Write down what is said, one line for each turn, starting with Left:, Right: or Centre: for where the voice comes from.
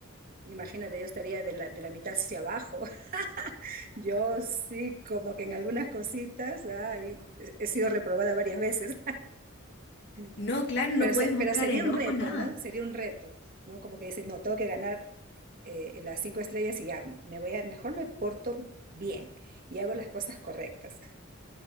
Right: imagínate, yo estaría de la, de la mitad hacia abajo. <laughs> Yo sí, como que en algunas cositas, ay, he sido reprobada varias veces. <laughs>
Left: No, claro, no
Right: Pero,
Left: puedes
Right: se-
Left: mostrar
Right: pero sería
Left: enojo,
Right: un reto,
Left: nada.
Right: ¿no? Sería un reto, ¿no? Como que dices, no, tengo que ganar, eh, las cinco estrellas y ya, me voy a, mejor me porto bien y hago las cosas correctas.